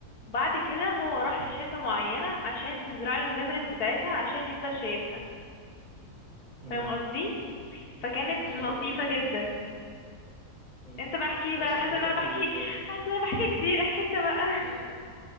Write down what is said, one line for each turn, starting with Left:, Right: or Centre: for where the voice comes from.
Left: بعد كده هو راح
Right: مم.
Left: لشركة معينة عشان تزرع له الميموريز بتاعتها عشان يفضل شايفها
Right: مم.
Left: فاهم قصدي فكانت
Right: ايوه
Left: لطيفة
Right: ايوه فاهم
Left: جدا
Right: مم.
Left: انت بقى احكي
Right: حاسس
Left: لي بقى انا حاسة
Right: عامة
Left: ان انا
Right: ال
Left: بحكي حاسة ان انا بحكي كتير احكي انت بقى <laughs>
Right: لا